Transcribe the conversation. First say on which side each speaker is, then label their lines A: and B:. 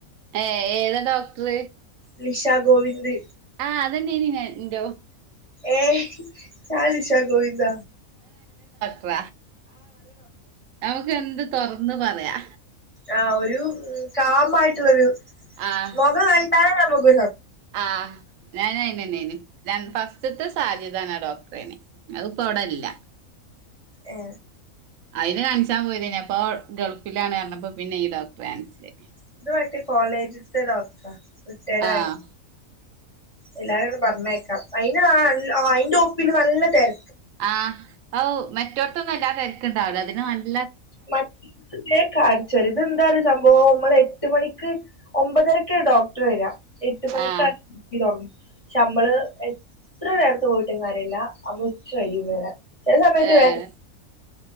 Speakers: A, on the right; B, on the left.
A: ഏ ഏതാ ഡോക്ടർ
B: ലിഷ ഗോവിന്ദ്
A: ആ അതെന്നോന് എന്റെതും
B: ഏഹ ച ലിശാ ഗോവിന്ദ
A: ഓവ നമുക്ക് എന്ത് തുറന്ന് പറയാ
B: ആ ഒരു കാമായിട്ടുള്ളൊരു
A: ആഹ്
B: മുഖം കണ്ടാലെ നമുക്ക്
A: ആഹ് ഞൻയിനന്നെയി ഞാൻ ഫസ്റ്റത്തെ സജിത ഡോക്ടറെനെ അതിപ്പോ അവിടെല്ല
B: ഏ
A: അതിന് കാണിച്ചാൻ പോയതേനി അപ്പോൾ ഗൾഫിലാണ് പറഞ്ഞപ്പോൾ പിന്നെ ഡോക്ടറേ കാണിച്ചത്
B: <unintelligible> കോളേജത്തെ ഡോക്ടർ റിട്ടേഡ്
A: ആഹ്
B: ആയ എല്ലാരും പറഞ്ഞേക്കാം അയിന് ആ അയിന്റെ ഒപ്പില് നല്ല തിര
A: ആഹ് ഓ മറ്റോടത്തൊന്നും തീർക്കണ്ടാവുല്ല
B: മറ്റ <unintelligible> ഇത് എന്താ സംഭവം നമ്മള എട്ട് മണിക്ക് ഒമ്പതരക്ക ഡോക്ടർ വരാ എട്ട് മണിക്ക്
A: ആഹ്
B: തുങ്ങ പക്ഷെ നമ്മള് എത്ര നേരത്ത് പോയിട്ട് കാര്ല്ല നമ്മൾ ഉച്ച കയും വരാൻ ചില സമയത്ത്
A: ഏഹ്
B: വേ